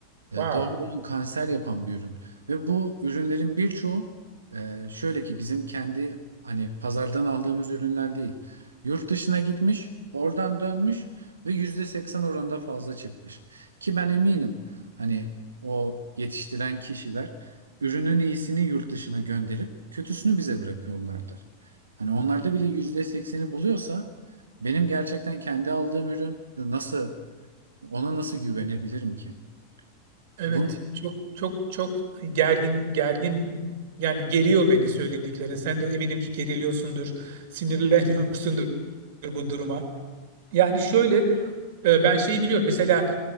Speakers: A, on the right (about 75°); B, on the right (about 55°).
A: e,
B: Wow.
A: doğrudan kanser yapan bir ürün. Ve bu ürünlerin birçoğu e, şöyle ki bizim kendi hani pazardan aldığımız ürünler değil. Yurt dışına gitmiş, oradan dönmüş ve %80 oranında fazla çıkmış. Ki ben eminim hani o yetiştiren kişiler ürünün iyisini yurt dışına gönderip kötüsünü bize bırakıyorlardır. Hani onlarda bile yüzde sekseni buluyorsa benim gerçekten kendi aldığım ürün nasıl ona nasıl güvenebilirim ki?
B: Evet,
A: Bunu
B: çok çok çok gergin gergin yani geriyor beni söylediklerin. Sen de eminim ki geriliyorsundur, sinirleniyorsundur bu duruma. Yani şöyle e, ben şeyi biliyorum. Mesela